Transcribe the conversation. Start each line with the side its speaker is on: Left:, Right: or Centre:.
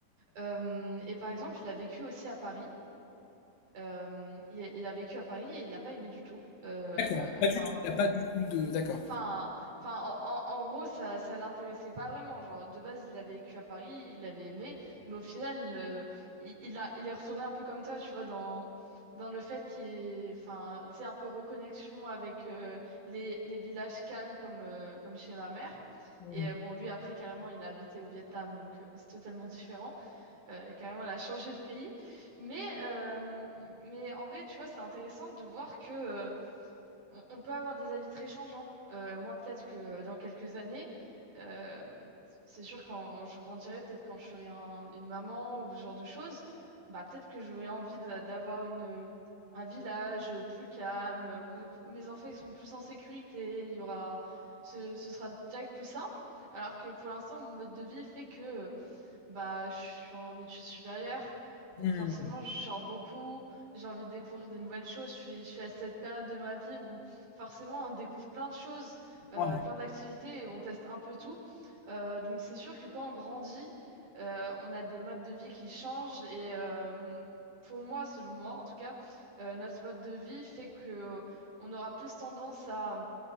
Right: Euh, et par exemple, il a vécu aussi à Paris. Euh, il, il a vécu à Paris et il n'a pas aimé du tout. Euh,
Left: D'accord, pas
Right: Enfin,
Left: du tout, il n'y a pas du tout de... D'accord.
Right: Enfin, enfin, en, en- en gros, ça, ça l'intéressait pas vraiment. Genre, de base, il avait vécu à Paris, il avait aimé, mais au final, euh, il, il a, il est retourné un peu comme ça, tu vois, dans, dans le fait qu'il est, enfin, tu sais, un peu reconnexion avec euh, les, les villages calmes comme, euh, comme chez ma mère.
Left: Hmm.
Right: Et euh, bon, lui, après, carrément, il a habité au Vietnam, donc euh, c'est totalement différent. Euh, carrément, il a changé de pays. Mais, euh, mais en vrai, tu vois, c'est intéressant de voir que euh, on, on peut avoir des avis très changeants. Euh, moi, peut-être que euh, dans quelques années, euh, c'est sûr quand je grandirai, peut-être quand je serai un- une maman ou ce genre de choses, bah peut-être que j'aurai envie d'a- d'avoir une un village plus calme où, où mes enfants ils seront plus en sécurité. Il y aura, ce, ce sera direct plus simple. Alors que pour l'instant, mon mode de vie fait que bah, je suis en études supérieures, donc
Left: Hmm.
Right: forcément, je sors beaucoup, j'ai envie de découvrir des nouvelles choses. Je suis, je suis à cette période de ma vie où forcément, on découvre plein de choses,
Left: Ouais.
Right: euh, plein d'activités et on teste un peu tout. Euh, donc, c'est sûr que quand on grandit, euh, on a des modes de vie qui changent et euh, pour moi, selon moi en tout cas, euh, notre mode de vie fait que on aura plus tendance à